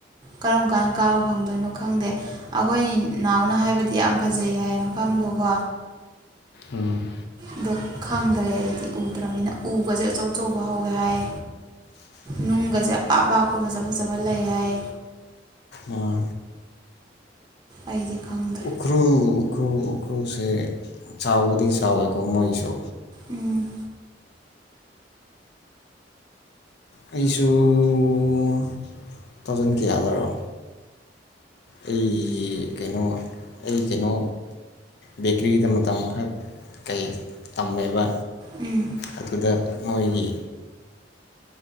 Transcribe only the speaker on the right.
ꯀꯔꯝ ꯀꯥꯟ ꯀꯥꯕ ꯐꯪꯗꯣꯏꯅꯣ ꯈꯪꯗꯦ ꯑꯩꯈꯣꯏ ꯅꯥꯎꯕꯅ ꯍꯥꯏꯕꯗꯤ ꯌꯥꯝ ꯐꯖꯩ ꯍꯥꯏ ꯃꯐꯝꯗꯣꯀꯣ
ꯑꯗꯣ ꯈꯪꯗ꯭ꯔꯦ ꯑꯩꯗꯤ ꯎꯗ꯭ꯔꯕꯅꯤꯅ ꯎꯒꯁꯦ ꯑꯆꯧ ꯑꯆꯧꯕ ꯍꯧꯋꯦ ꯍꯥꯏ ꯅꯨꯡꯒꯁꯦ ꯑꯄꯥꯛ ꯑꯄꯥꯛꯄ ꯐꯖ ꯐꯖꯕ ꯂꯩ ꯍꯥꯏ
ꯑꯩꯗꯤ ꯈꯪꯗꯦ
ꯎꯝ
ꯎꯝ